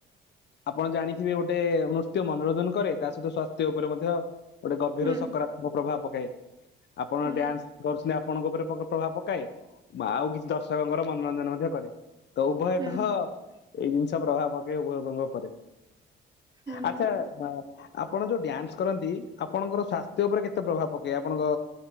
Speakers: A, on the left; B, on the right.
A: ଆପଣ ଜାଣିଥିବେ ଗୋଟେ ନୃତ୍ୟ ମନୋରନଜନ କରେ ତା ସହିତ ସ୍ୱାସ୍ଥ୍ୟ ଉପରେ ମଧ୍ୟ ଗୋଟେ ଗଭୀର
B: ହୁଁ
A: ସକାରାତ୍ମକ ପ୍ରଭାବ ପକାଏ ଆପଣ
B: ହୁଁ
A: ଡ୍ୟାନ୍ସ କରୁଛନ୍ତି ଆପଣଙ୍କ ଉପରେ ପ୍ରଭାବ ପକାଏ ଆଉ କିଛି ଦର୍ଶକଙ୍କର ମନୋରଞ୍ଜନ ମଧ୍ୟ କରେ। ତ ଉଭୟ
B: ହୁଁ
A: ତ ଏଇ ଜିନିଷ ପ୍ରଭାବ ପକେଇବ ଉଭୟ ଉଭୟଙ୍କ ଉପରେ।
B: ହୁଁ
A: ଆଚ୍ଛା
B: ହୁଁ
A: ଆପଣ ଯୋଉ ଡ୍ୟାନ୍ସ କରନ୍ତି ଆପଣଙ୍କର ସ୍ଵାସ୍ଥ୍ୟ ଉପରେ କେତେ ପ୍ରଭାବ ପକାଏ ଆପଣଙ୍କ